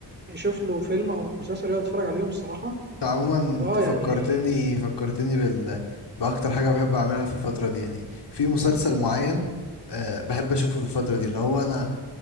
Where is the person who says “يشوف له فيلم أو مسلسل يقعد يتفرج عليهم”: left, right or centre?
Right